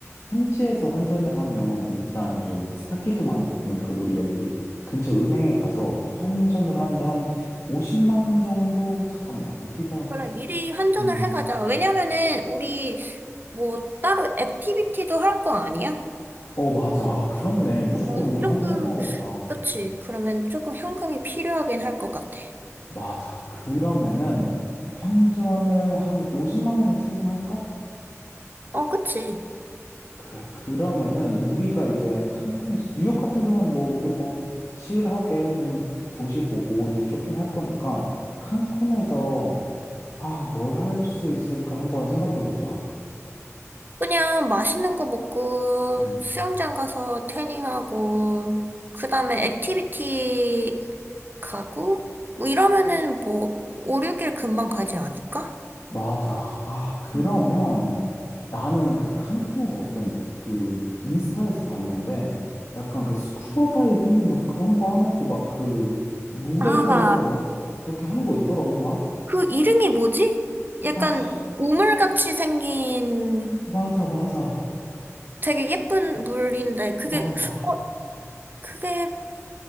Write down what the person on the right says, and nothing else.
그래, 미리 환전을
해가자. 왜냐면은, 우리, 뭐, 따로 액티비티도 할 거 아니야?
그러면
조금,
그치. 그러면 조금 현금이 필요하긴 할 것 같아.
어, 그치.
그냥 맛있는 거 먹고,
수영장 가서 태닝하고, 그 다음에 액티비티 가고, 뭐 이러면은 뭐, 5, 6일 금방 가지 않을까?
음.
아,
그 이름이 뭐지? 약간
오물같이 생긴
되게 예쁜 물인데 그게
어 그게